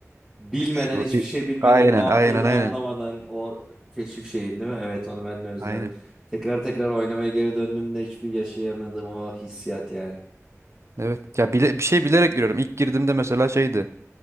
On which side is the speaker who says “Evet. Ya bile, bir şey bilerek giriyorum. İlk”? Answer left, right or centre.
Right